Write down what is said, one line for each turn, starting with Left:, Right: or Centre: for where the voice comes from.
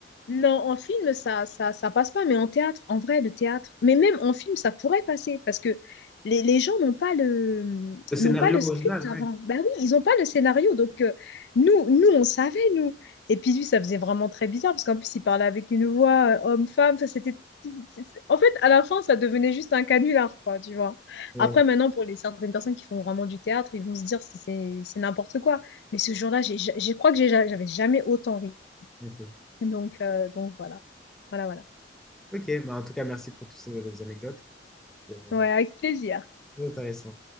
Left: Non, en film, ça, ça, ça passe pas, mais en théâtre, en vrai, le théâtre, mais même en film, ça pourrait passer parce que les, les gens n'ont pas le,
Centre: Le scénario
Left: n'ont pas le script
Centre: original, ouais.
Left: avant. Bah oui, ils n'ont pas le scénario. Donc, euh, nous, nous, on savait, nous. Et puis, lui, ça faisait vraiment très bizarre parce qu'en plus, il parlait avec une voix euh, homme-femme. Enfin, c'était. En fait, à la fin, ça devenait juste un canular, quoi, tu vois.
Centre: Ouais,
Left: Après, maintenant, pour les certaines personnes qui font vraiment du théâtre, ils vont se dire c'est c'est- c'est n'importe quoi. Mais ce jour-là, j'ai, ja, j'ai- je crois que j'ai- ja, j'avais jamais autant ri.
Centre: ok.
Left: Donc, euh, donc voilà. Voilà, voilà.
Centre: Ok, bah en tout cas, merci pour toutes ces anecdotes. C'était vraiment
Left: Ouais, avec plaisir.
Centre: très intéressant.